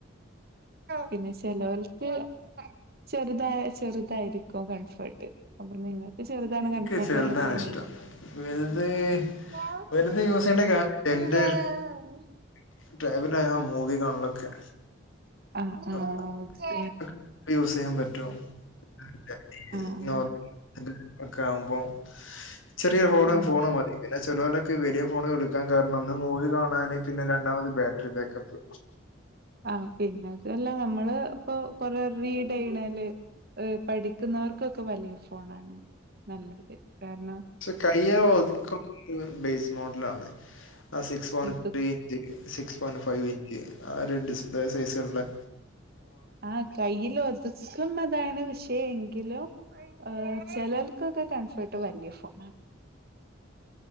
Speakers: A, on the right (about 50°); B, on the left (about 90°).
A: പിന്നെ ചെലോൽക്ക്. ചെറുത ചെറുതായിരിക്കും കംഫർട്ട്. അപ്പൊ നിങ്ങൾ ചെറുതാണ്
B: എനിക്ക്
A: കംഫർട്ട്
B: ചെറുതാണ്
A: എന്ന് തോന്നുന്നു.
B: ഇഷ്ടം വലുത്
A: ആ
B: വലുത് യൂസ് ചെയ്യേണ്ട കാര്യ
A: ഇങ്ങ
B: എന്റെ
A: <unintelligible>
B: <unintelligible> മൂവി കാണലൊക്കെ.
A: ആഹ്.
B: അപ്പ
A: ആഹ്...
B: <unintelligible> യൂസ് ചെയ്യാൻ പറ്റും <unintelligible>
A: ആഹ്
B: ഒക്കെ ആവുമ്പോം ചെറിയ ഫോണും
A: ആഹ്
B: ഫോണ് മതി. പിന്നെ ചെലോനൊക്ക വലിയ ഫോൺ എടുക്കാൻ കാരണം ഒന്ന് മൂവി കാണാന് പിന്നെ രണ്ടാമത് ബാറ്ററി ബേക്കപ്പ്.
A: ആഹ് പിന്നെ അതുവല്ല നമ്മള് ഇപ്പൊ കൊറേ റീഡ് ചെയ്യണേല് ഏഹ് പഠിക്കുന്നവർക്കൊക്കെ വലിയ ഫോണാണ്. നല്ലത് കാരണോം
B: പക്ഷെ കയ്യേ ഒതുക്കം ബേസ് മോഡലാണേ ആ സിക്സ് പോണ്
A: ഒതു
B: free hit six point five inch ആ ഒരു ഡിസ്പ്ലേ സൈസ്ള്ളെ
A: ആഹ് കയ്യിലൊതുക്കം അതാണ് പക്ഷെ എങ്കിലും ഏഹ് ചെലൽക്കൊക്കെ കൺഫർട്ട് വല്യ ഫോണാണ്‌